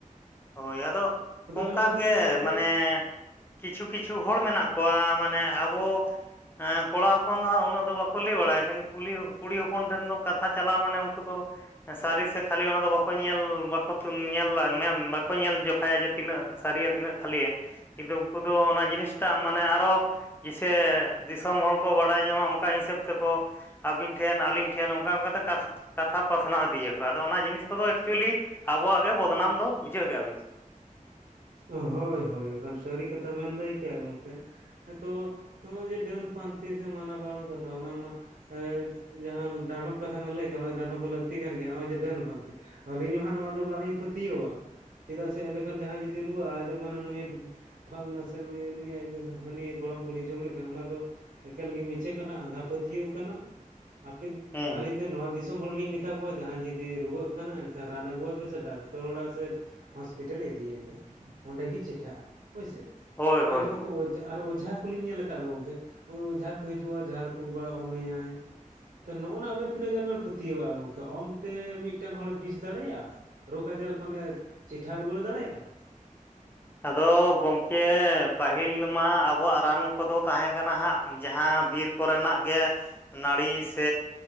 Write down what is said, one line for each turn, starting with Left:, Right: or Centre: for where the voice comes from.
Left: ᱦᱳᱭ ᱟᱫᱚ ᱚᱱᱠᱨ
Right: ᱮᱸᱰᱮᱠᱷᱟᱱ
Left: ᱜᱮ
Right: ᱱᱚᱜᱼᱚᱭ ᱡᱮ
Left: ᱢᱟᱱᱮ ᱠᱤᱪᱷᱩ ᱠᱤᱪᱷᱩ ᱦᱚᱲ ᱢᱮᱱᱟᱜ ᱠᱚᱣᱟ ᱢᱟᱱᱮ ᱟᱵᱚ ᱦᱮᱸ ᱠᱚᱲᱟ ᱦᱚᱯᱚᱱ ᱫᱚ ᱦᱟᱸᱜ ᱩᱱᱟᱹᱜ ᱫᱚ ᱵᱟᱠᱚ ᱞᱟᱹᱭ ᱵᱟᱲᱟᱭᱟ ᱠᱤᱱᱛᱩ ᱠᱩᱞᱤ ᱠᱩᱲᱤ ᱦᱚᱯᱚᱱ ᱴᱷᱮᱱ ᱫᱚ ᱠᱟᱛᱷᱟ ᱪᱟᱟᱜᱣ ᱢᱟᱱᱮ ᱩᱱᱠᱩ ᱫᱚ ᱥᱟᱹᱨᱤ ᱥᱮ ᱠᱷᱟᱞᱤ ᱚᱱᱟ ᱫᱚ ᱵᱟᱠᱚ ᱧᱮᱞ ᱵᱟᱠᱚ ᱛᱩᱱ ᱧᱮᱞ ᱫᱟ ᱢᱮᱱ ᱠᱚ ᱧᱮᱞ ᱡᱚᱠᱷᱟᱭᱟ ᱡᱮ ᱛᱤᱱᱟᱹᱜ ᱥᱟᱹᱨᱤᱭᱟ ᱛᱤᱱᱟᱹᱜ ᱠᱷᱟᱹᱞᱤᱭᱟ ᱠᱤᱱᱛᱩ ᱩᱱᱠᱩ ᱫᱚ ᱚᱱᱟ ᱡᱤᱱᱤᱥᱴᱟᱜ ᱢᱟᱱᱮ ᱟᱨᱚ ᱡᱤᱥᱮ ᱫᱤᱥᱚᱢ ᱦᱚᱲ ᱠᱚ ᱵᱟᱰᱟᱭ ᱧᱟᱢᱟ ᱚᱱᱠᱟ ᱦᱤᱥᱟᱹᱵ ᱛᱮᱠᱚ ᱟᱹᱵᱤᱱ ᱴᱷᱮᱱ, ᱟᱞᱤᱧ ᱴᱷᱮᱱ ᱚᱱᱠᱟ ᱚᱱᱠᱟᱛᱮ ᱠᱟᱛᱷ ᱠᱟᱛᱷᱟ ᱯᱟᱥᱱᱟᱣ ᱤᱫᱤᱭᱟᱠᱚ ᱟᱫᱚ ᱚᱱᱟ ᱡᱤᱱᱤᱥ ᱠᱚᱫᱚ ᱮᱠᱪᱩᱣᱟᱹᱞᱤ ᱟᱵᱚᱣᱟᱜ ᱜᱮ ᱵᱚᱫᱽᱱᱟᱢ ᱫᱚ ᱵᱩᱡᱷᱟᱹᱣ ᱠᱮᱜᱼᱟ ᱵᱤᱱ ᱾
Right: ᱦᱳᱭ ᱦᱳᱭ ᱮᱠᱟᱞ ᱥᱟᱹᱨᱤ ᱠᱟᱛᱷᱟ ᱵᱮᱱ ᱞᱟᱹᱭ ᱠᱮᱜᱼᱟ ᱜᱚᱝᱠᱮ, ᱦᱸᱛᱚ ᱱᱚᱜᱼᱚᱭ ᱡᱮ ᱰᱟᱹᱱ ᱯᱟᱱᱛᱮ ᱥᱮ ᱢᱟᱱᱟ ᱵᱟᱨᱚᱱ ᱠᱟᱛᱷᱟ ᱚᱱᱟ ᱢᱟ ᱮᱸ ᱡᱟᱦᱟᱸ ᱰᱟᱸᱰᱚᱢ ᱠᱟᱛᱷᱟ ᱵᱮᱱ ᱞᱟᱹᱭ ᱠᱮᱜᱼᱟ ᱚᱱᱟ ᱫᱚ ᱰᱟᱸᱰᱚᱢ ᱦᱚᱸ ᱞᱟᱹᱠᱛᱤ ᱠᱟᱱ ᱜᱮᱭᱟ ᱱᱚᱜᱼᱚᱭ ᱡᱮ ᱰᱟᱹᱱ ᱯᱟᱱᱛᱮ, ᱟᱹᱞᱤᱧ ᱦᱚᱸ ᱦᱟᱸᱜ ᱱᱚᱣᱟ ᱫᱚ ᱵᱟᱹᱞᱤᱧ ᱯᱟᱹᱛᱭᱟᱹᱣᱟᱜᱼᱟ ᱪᱮᱫᱟᱜ ᱥᱮ ᱮᱸᱰᱮ ᱠᱷᱟᱱ ᱡᱟᱦᱟᱸᱭ ᱡᱩᱫᱤ ᱨᱩᱣᱟᱹᱼᱟ ᱟᱫᱚ ᱢᱮᱱᱟᱮ ᱱᱩᱭᱮ ᱯᱷᱟᱞᱱᱟ ᱥᱮ ᱱᱩᱭ ᱱᱩᱭ ᱟᱡ ᱜᱚ ᱥᱮ ᱦᱟᱹᱱᱤ ᱜᱚᱲᱚᱢ ᱵᱩᱲᱦᱤ ᱡᱚᱢᱮ ᱠᱟᱱ ᱚᱱᱟ ᱫᱚ ᱮᱠᱟᱞᱜᱮ ᱢᱤᱪᱷᱟᱹ ᱠᱟᱱᱟ ᱟᱸᱫᱷᱟ ᱯᱟᱹᱛᱭᱟᱹᱣ ᱠᱟᱱᱟ ᱟᱯᱮ
Left: ᱦᱮᱸ
Right: ᱟᱹᱧᱤᱧ ᱫᱚ ᱱᱚᱣᱟ ᱫᱤᱥ ᱫᱤᱥᱚᱢ ᱦᱚᱲ ᱞᱤᱧ ᱢᱮᱛᱟ ᱠᱚᱣᱟ ᱡᱟᱦᱟᱸᱭ ᱡᱩᱫᱤ ᱨᱩᱣᱟᱹᱜ ᱠᱟᱱᱟ ᱮᱱᱠᱷᱟᱱ ᱨᱟᱱ ᱟᱹᱜᱩᱣᱟᱭᱟ ᱯᱮᱥᱮ ᱰᱟᱠᱛᱚᱨ ᱚᱲᱟᱜ ᱥᱮᱫ ᱦᱚᱸᱥᱯᱤᱴᱟᱹᱞ ᱤᱫᱤᱭᱮᱯᱮ ᱚᱸᱰᱮ ᱜᱮ ᱪᱮᱴᱷᱟᱹᱜᱼᱟ ᱦᱳᱭᱥᱮ
Left: ᱦᱳᱭ
Right: ᱟᱨ
Left: ᱦᱳᱭ
Right: ᱡᱮᱢᱚᱱ
Left: ᱦᱳᱭ
Right: ᱠᱚ ᱚᱡᱟ ᱟᱨ ᱚᱡᱷᱟ ᱠᱚᱞᱤᱧ ᱧᱮᱞ ᱟᱠᱟᱫ ᱠᱚ ᱜᱚᱝᱠᱮ ᱚ ᱚᱡᱷᱟ ᱠᱚ ᱦᱤᱡᱩᱜᱼᱟ ᱡᱷᱟᱲ ᱯᱷᱩᱸᱠ ᱵᱟᱲᱟ ᱚᱢᱮᱭᱟᱭ ᱛᱚ ᱱᱚᱜᱼᱚᱭ ᱱᱚᱣᱟ ᱟᱵᱮᱱ ᱛᱤᱱᱟᱹᱜ ᱜᱟᱱ ᱵᱮᱱ ᱯᱟᱹᱛᱭᱟᱹᱣᱟᱜᱼᱟ ᱜᱚᱝᱠᱮ ᱚᱢᱛᱮ ᱢᱤᱫᱴᱮᱱ ᱦᱚᱲᱮ ᱵᱤᱥ ᱫᱟᱲᱮᱭᱟᱜᱼᱟ᱾ ᱨᱳᱜᱽ ᱟᱡᱟᱨ ᱠᱷᱚᱱᱮ ᱪᱮᱴᱷᱟ ᱨᱩᱣᱟᱹᱲ ᱫᱟᱲᱮᱭᱟᱜᱼᱟ᱾
Left: ᱟᱫᱚ ᱜᱚᱢᱠᱮ ᱯᱟᱹᱦᱤᱞ ᱢᱟ ᱟᱵᱚᱣᱟᱜ ᱨᱟᱱ ᱠᱚᱫᱚ ᱛᱟᱦᱮᱸ ᱠᱟᱱᱟ ᱦᱟᱸᱜ ᱡᱟᱦᱟᱸ ᱵᱤᱨ ᱠᱚᱨᱮᱱᱟᱜ ᱜᱮ ᱱᱟᱹᱲᱤ ᱥᱮ